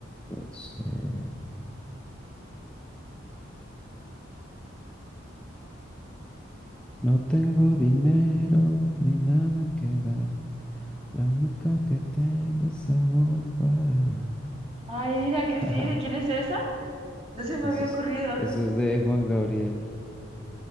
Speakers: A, in the centre; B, on the right (about 30°).
A: puede ser. No tengo dinero ni nada que dar. la única que tengo es amor para
B: Ay, mira que sí.
A: dar.
B: ¿De quién
A: <laughs>
B: es esa? No se me
A: Eso
B: había
A: es,
B: ocurrido.
A: eso es de Juan Gabriel.